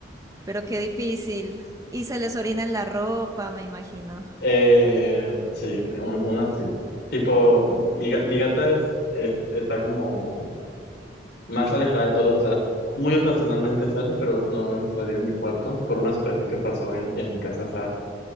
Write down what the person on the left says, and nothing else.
Eh, sí, un- una sí. Tipo, mi, ga- mi gata es, es- está como más alejada de todos, o sea, muy ocasionalmente sale, pero normalmente sale en mi cuarto por una situación que pasó en, en mi casa, o sea,